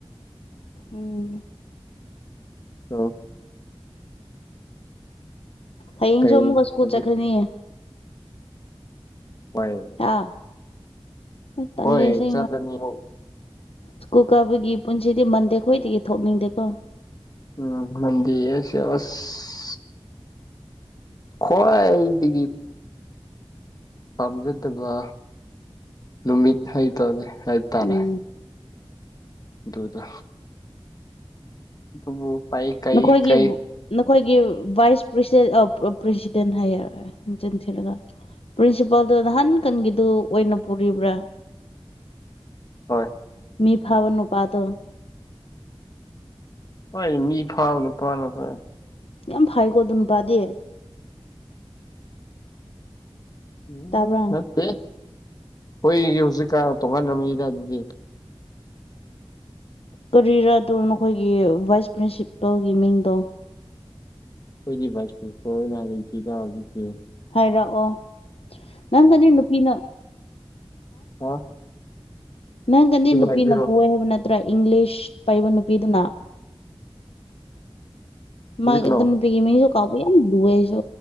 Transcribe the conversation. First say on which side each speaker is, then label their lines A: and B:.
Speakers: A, on the left (about 75°); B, on the left (about 40°).
A: ꯎꯝ
B: ꯑ
A: ꯍꯌꯦꯡꯁꯨ
B: ꯀꯩ
A: ꯑꯃꯨꯛꯀ ꯁ꯭ꯀꯨꯜ
B: ꯍꯧꯖꯤꯛ
A: ꯆꯠꯈ꯭ꯔꯅꯤꯌꯦ
B: ꯍꯣꯏ
A: ꯑꯥ ꯇꯂꯦꯁ
B: ꯍꯣꯏ ꯆꯠꯂꯅꯤ ꯑꯃꯨꯛ
A: ꯁ꯭ꯀꯨꯜ ꯀꯥꯕꯒꯤ ꯄꯨꯟꯁꯤꯗꯤ ꯃꯟꯗꯦ ꯈꯣꯏꯗꯒꯤ ꯊꯣꯛꯅꯤꯡꯗꯦꯀꯣ
B: ꯎꯝ ꯅꯗꯤꯁ ꯑꯁ ꯈꯋꯥ ꯑꯩꯗꯤꯗꯒꯤ ꯄꯥꯝꯖꯗꯕ ꯅꯨꯃꯤꯠ ꯍꯩꯇꯕꯅꯤ ꯍꯥꯏꯕꯇꯥꯔꯦ
A: ꯎꯝ
B: ꯑꯗꯨꯗ ꯑꯗꯨꯕꯨ ꯄꯥꯏ ꯀꯩ
A: ꯅꯈꯣꯏꯒꯤ
B: ꯀꯩ
A: ꯅꯈꯣꯏꯒꯤ ꯚꯥꯏꯁ ꯄ꯭ꯔꯁꯤ ꯄ꯭ꯔꯦꯁꯤꯗꯦꯟ ꯍꯥꯏꯌꯦꯔꯦ ꯊꯤꯔꯒ ꯄ꯭ꯔꯤꯟꯁꯤꯄꯥꯜꯗꯨ ꯅꯍꯥꯟ ꯀꯟꯒꯤꯗꯨ ꯑꯣꯏꯅ ꯄꯨꯔꯤꯕ꯭ꯔꯥ
B: ꯍꯣꯏ
A: ꯃꯤ ꯐꯥꯕ ꯅꯨ ꯄꯗꯣ
B: ꯍꯣꯏ ꯃꯤ ꯐꯥꯕꯅꯄꯥꯥꯂ ꯀ
A: ꯌꯥꯝ ꯐꯩꯀꯣ ꯑꯗꯨ ꯅꯨꯄꯥꯗꯤ
B: ꯎ
A: ꯇꯥꯕ꯭ꯔꯥ
B: ꯅꯠꯇꯦ ꯑꯩꯈꯣꯏꯒꯤ ꯍꯧꯖꯤꯛꯀ ꯇꯣꯡꯉꯥꯟꯕ ꯃꯤꯅꯤꯗ ꯑꯗꯨꯗꯤ
A: ꯀꯔꯤꯔꯗꯣ ꯅꯈꯣꯏꯒꯤ ꯚꯥꯏꯁ ꯄ꯭ꯔꯤꯟꯁꯤꯄꯜꯒꯤ ꯃꯤꯡꯗꯣ
B: ꯑꯩꯈꯣꯏꯗꯤ ꯚꯥꯏꯁ ꯐꯨꯄ ꯑꯣꯏꯅ ꯂꯩ ꯂꯩꯇꯦꯗ ꯍꯧꯖꯤꯛꯇꯤ
A: ꯍꯥꯏꯔꯛꯑꯣ ꯅꯪꯒꯅꯤ ꯅꯨꯄꯤꯅ
B: ꯐ ꯑ
A: ꯅꯪ ꯈꯟꯗꯤ ꯅꯨꯄꯤꯅ
B: ꯍꯥꯏꯕꯤꯔꯣ
A: ꯄ ꯍꯥꯏꯕ ꯅꯠꯇ꯭ꯔꯥ ꯏꯪꯂꯤꯁ ꯄꯥꯏꯕ ꯅꯨꯄꯤꯗꯨꯅ ꯃꯥꯒꯤ
B: ꯍꯧꯖꯤꯛꯀꯤꯅꯣ
A: ꯑꯗꯨ ꯅꯨꯄꯤꯒꯤ ꯃꯤꯁꯨ ꯀꯥꯎꯕ ꯌꯥꯝ ꯂꯨꯋꯦ ꯑꯩꯁꯨ